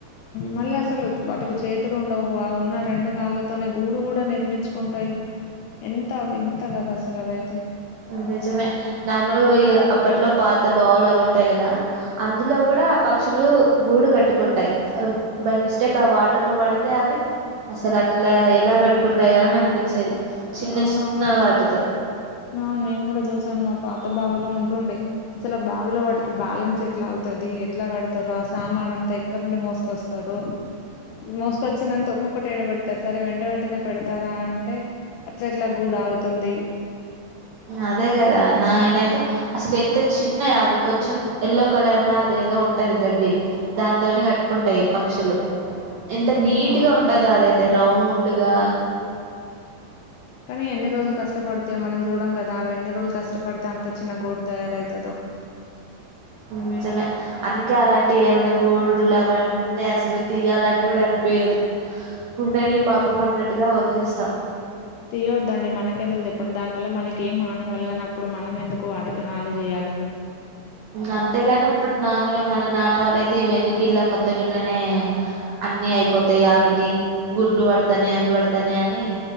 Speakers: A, on the left; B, on the right.
A: మళ్ళీ అసలు వాటికి చేతులు ఉండవు ఉన్న రెండు కాళ్ళతోనే గూడు కూడా నిర్మించుకు ఉంటాయి ఎంత వింత కదా అసలు అదైతే
B: నిజమే నార్మల్గా పో అప్పట్లో పాత బావులు అవి ఉంటాయి కదా అందులో కూడా పక్షులు గూడు కట్టుకుంటాయి బై మిస్టేక్ ఆ వాటర్ లో పడితే అవి అసలు అట్లా ఎలా కట్టుకుంటాయా అని అనిపించేది చిన్న
A: అవునవును
B: చిన్న వాటితో
A: ఆ నేను కూడా చూసాను మా పాత బావిలో ఉంటుండే అసలు ఆ బావిలో వాటికి బ్యాలెన్స్ ఎట్లా అగుతుది ఎట్లా కడతారు ఆ సామాన్ అంతా ఎక్కడ నుండి మోసుకొస్తారు మోసుకొచ్చిందంతా ఒక్కొక్కటి ఎడబెడతారు సరే వెంట వెంటనే పెడతారా అంటే అట్ల ఎట్లా గూడ ఆగుతుంది
B: అదే కదా నేనైతే అసలు ఎంత చిన్నయ అవి కొంచెం యెల్లో కలర్లా అదేదో ఉంటది గడ్డి దాంతోనే కట్టుకుంటాయి పక్షులు ఎంత
A: ఉమ్
B: నీట్గా
A: అవు
B: ఉంటందో అదైతే రౌండ్గా
A: కానీ ఎన్ని రోజులు కష్టపడితే మనం చూడం కదా అవి ఎన్ని రోజులు కష్టపడితే అంత చిన్న గోడు తయారవుతదో
B: నిజమే అందుకే అలాంటివి ఏమైనా గూడులు అవన్నీ ఉంటే అసలు తీయాలి అని కూడా అనిపోయదు ఉండని పాపం అన్నట్టుగా వదిలేస్తాం
A: తీయవద్దండి మనక ఎందుకు చెప్పండి దానివల్ల మనకి ఏం హాని కలగన అప్పుడు మనం ఎందుకు వాటికి హాని చేయాలి లే
B: అంతేగాని ఇప్పుడు నార్మల్గా మన నాన్న వాళ్ళయితే ఈ వెనక ఇల్ళ మొత్తం ఇల్లనే అన్నిీ అయిపోతాయి అవిటి గుడ్లు పడతానే అవి పడతానే అని